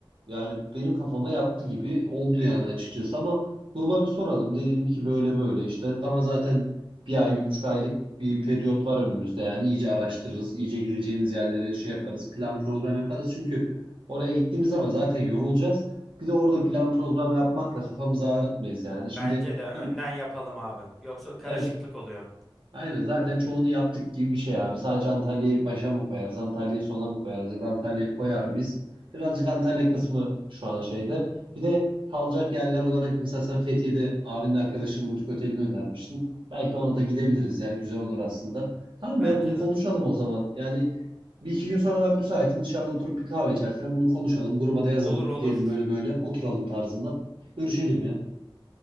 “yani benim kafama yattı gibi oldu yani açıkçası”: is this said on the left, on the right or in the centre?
Right